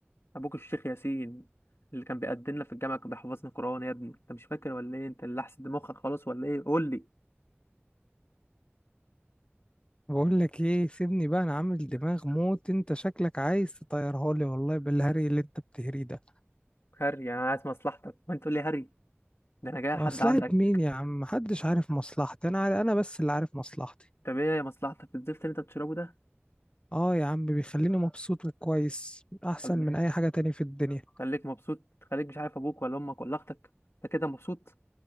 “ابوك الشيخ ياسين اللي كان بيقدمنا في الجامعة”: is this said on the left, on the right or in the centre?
Left